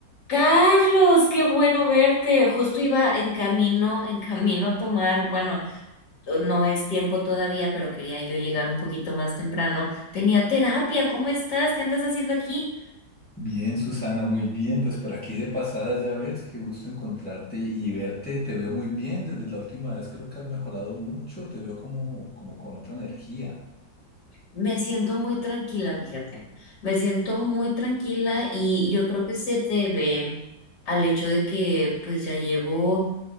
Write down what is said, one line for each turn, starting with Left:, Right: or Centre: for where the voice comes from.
Left: Carlos, qué bueno verte. Justo iba en camino, en camino a tomar, bueno, no es tiempo todavía, pero quería yo llegar un poquito más temprano. Tenía terapia, ¿cómo estás? ¿Qué andas haciendo aquí?
Centre: Bien, Susana, muy bien. Pues por aquí de pasada ya ves, qué gusto encontrarte y verte. Te veo muy bien desde la última vez. Creo que has mejorado mucho. Te veo como, como con otra energía.
Left: Me siento muy tranquila, fíjate. Me siento muy tranquila y yo creo que se debe al hecho de que pues ya llevo